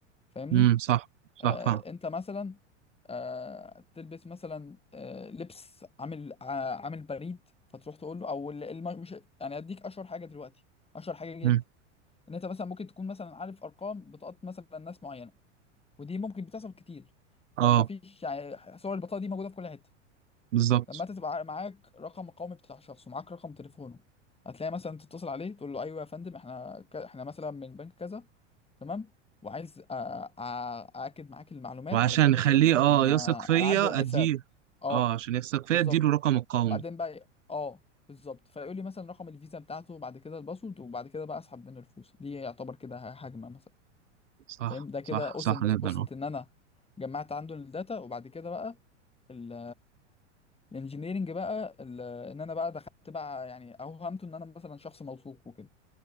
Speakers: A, on the left; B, on the right.
A: فاهمني
B: امم صح صح
A: آه
B: فاهم
A: انت مثلا آه، تلبس مثلا آه، لبس عامل ع- عامل بريد فتروح تقول له او ال- الم- مش يعني اديك اشهر حاجه دلوقتي اشهر حاجه جدا
B: امم
A: ان انت مثلا ممكن تكون مثلا عارف ارقام بطاقات مثلا ناس معينه ودي ممكن بتحصل كتير
B: اه
A: آه، ما فيش يعني صور البطاقه دي موجوده في كل حته
B: بالظبط
A: لما انت تبقى معاك رقم القومي بتاع شخص ومعاك رقم تليفونه هتلاقي مثلا تتصل عليه تقول له ايوه يا فندم احنا ك- احنا مثلا من بنك كذا تمام وعايز أ- أ- ااكد معاك المعلومات
B: وعشان
A: علشان
B: نخليه
A: مثلا ايه
B: اه
A: هن
B: يثق
A: هنعدل
B: فيا
A: الحساب
B: أديه
A: اه
B: اه عشان يثق فيا
A: بالظبط
B: أديله رقم القومي
A: بعدين بقى إيه؟ اه بالظبط فيقول لي مثلا رقم الفيزا بتاعته وبعد كده الباسورد وبعد كده بقى اسحب منه الفلوس دي يعتبر كده ه- هجمه مثلا
B: صح
A: فاهم ده كده
B: صح
A: اوسنت
B: صح جدا
A: اوسنت
B: آه.
A: ان انا جمعت عنده الداتا وبعد كده بقى ال الانجينيرنج بقى ال- ان انا بقى دخلت بقى يعني اوهمته ان انا مثلا شخص موثوق وكده